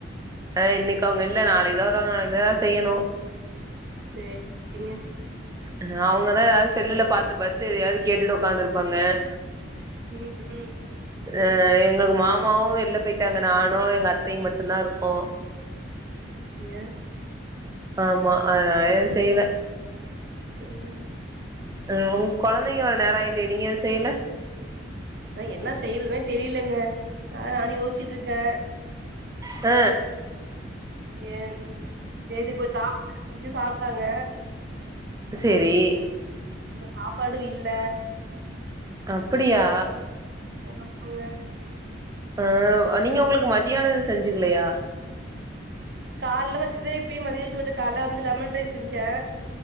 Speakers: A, on the right; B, on the right.
A: ஆ இன்னைக்கு அவுங்க இல்ல நாளைக்கு தா வருவாங்க நாளைக்கு தா எதாது செய்யணு
B: சேரி ங்க
A: அ ஹ அவுங்கதா எதாவது செல்லுல பாத்த பாத்து எதையாவது கேட்டுட்டு உக்காந்துருப்பாங்க.
B: ம் ம்
A: அ எங்களுக்கு மாமாவு வெளில போயிட்டாங்க நானு எங்க அத்தையு மட்டுதா ருக்கோ
B: ஞ
A: ஆமா அதனாலே செய்யல
B: ம்
A: ஹ வு கொழந்தைங்க வர நேர ஆயிட்டே நீங்க எதும் செய்யல
B: அதா என்ன செய்றதுன்னே தெரியலங்க அதா நானு யோசிச்சுட்டு இருக்கே
A: அ
B: ஏன் நேத்திக்கு கொஞ்சோ சாப்பாடு இருந்துச்சு சாப்டாங்க
A: சேரி
B: இப்ப சாப்பாடு இல்ல
A: அப்பிடியா
B: எனப் பங்க
A: அ வ் நீங்க உங்களுக்கு மத்தியான எது செஞ்சுக்கலயா
B: கால்ல வச்சதே இப்பயு மதிய வச்சு ஓட்ட கால்ல வந்து லெமன் ரைஸ் செஞ்சே